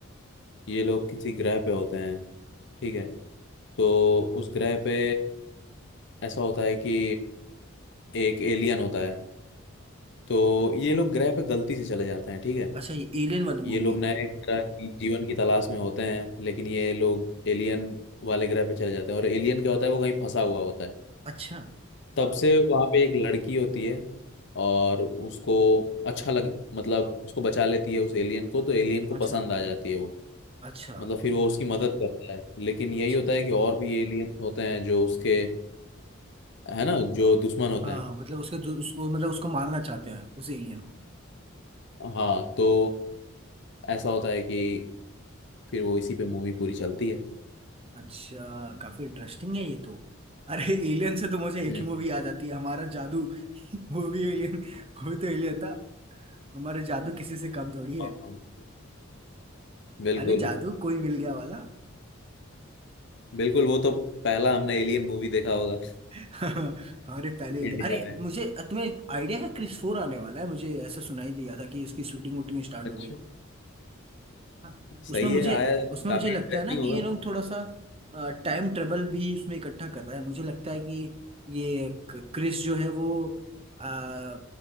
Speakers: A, on the left (about 55°); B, on the right (about 30°).
A: ये लोग किसी ग्रह पे होते हैं ठीक है तो उस ग्रह पे ऐसा होता है कि एक एलियन होता है तो ये लोग ग्रह पे गलती से चले जाते हैं ठीक है
B: अच्छा ये एलियन वाली
A: ये
B: मूवी
A: लोग
B: है
A: नए तरह की जीवन की तलाश में होते हैं लेकिन ये लोग एलियन वाले ग्रह पे चले जाते हैं और एलियन क्या होता है वो कहीं फंसा हुआ होता है
B: अच्छा
A: तब से वहाँ पे एक लड़की होती है और उसको अच्छा लग मतलब उसको बचा लेती है उस एलियन को तो एलियन को
B: अच्छा
A: पसंद आ जाती है वो
B: अच्छा
A: मतलब फिर वो उसकी मदद करता है लेकिन यही
B: अच्छा
A: होता
B: अच्छा
A: है कि और भी एलियन होते हैं जो उसके है ना जो दुश्मन होते
B: हाँ
A: हैं
B: मतलब उसके दु- उसको मतलब उसको मारना चाहते हैं उस एलियन को
A: हाँ तो ऐसा होता है कि फिर वो इसी पे मूवी पूरी चलती है
B: अच्छा काफी इंटरेस्टिंग है ये तो अरे एलियन से तो मुझे एक
A: हम्म
B: ही मूवी आ जाती है हमारा जादू <laughs> वो भी एलियन वो भी तो एलियन था हमारा जादू किसी से कम थोड़ी है
A: हाँ, हाँ, बिल्कुल
B: अरे जादू कोई मिल गया वाला
A: बिल्कुल वो तो पहला हमने एलियन मूवी देखा होगा
B: हाँ। अरे पहले
A: <laughs>
B: ही-
A: इंडिया
B: अरे
A: में
B: मुझे तुम्हें आइडिया है क्रिस फोर आने वाला है मुझे ऐसा सुनाई दिया था कि इसकी शूटिंग वूटिंग स्टार्ट
A: अच्छा
B: हो गई हाँ,
A: सही
B: उसमें मुझे
A: है आया
B: उसमें
A: काफी
B: मुझे लगता
A: इंटरेस्टिंग
B: है ना कि
A: होगा
B: ये लोग थोड़ा सा टाइम ट्रेवल भी उसमें इकट्ठा कर रहा है मुझे लगता है कि ये क- क्रिस जो है वो अ,